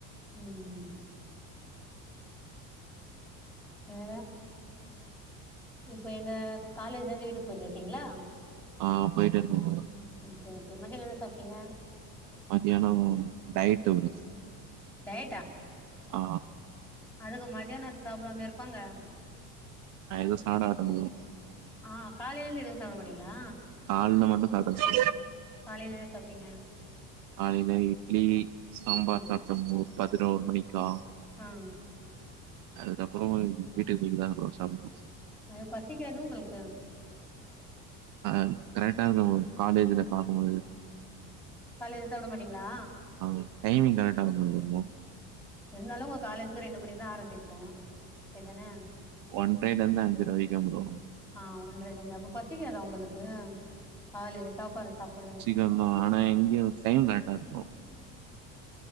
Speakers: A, in the centre; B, on the right (about 65°).
A: ம் வேற இப்ப எங்க காலேஜ்லருந்து வீட்டுக்கு போய்ட்டு இருக்கீங்களா
B: ஆ போயிட்டு இருக்கேன் ப்ரோ.
A: ஓகே ஓகே மத்தியான என்ன சாப்டீங்க
B: மதியான டயட் இருந்ச்சி
A: டயட்டா
B: ஆ
A: அதுக்கு மத்தியான சாப்டாமையா இருப்பாங்க
B: நா எது சொன்னாலு அத நம்புவீங்க
A: ஆ காலைல எதுவு சாப்ட மாட்டீங்ளா
B: காலைல மட்டு சாப்டுவ
A: காலைல என்ன சாப்டீங்க
B: காலைல இட்லி சாம்பார்
A: ம்
B: சாப்ட்ட ப்ரோ பதினொரு மணிக்கா
A: ம்
B: அதுக்கப்பறோ வீட்டுக்கு போய்ட்டு தா ப்ரோ சாப்டணு
A: அது பசிக்காது உங்களுக்கு
B: அ கரெக்டாருக்கு ப்ரோ காலேஜ்ல சாப்டு போது
A: காலைல சாப்ட மாட்டீங்களா
B: ஆ டைமிங் கரெக்டாருக்கு ப்ரோ
A: இருந்தாலு உங்க காலேஜ் ரெண்டு மணிக்குதா ஆரம்பிக்கு ஓகே தான
B: ஒன்ரைலருந்து அஞ்சர வரைக்கு ப்ரோ
A: ஆ ஒன்ரைலருந்து அப்ப பசிக்காதா உங்களுக்கு காலைல சாப்பாடு சாப்ட
B: நம்ம ஆனா இங்க சைன் மேட்டாருக்கு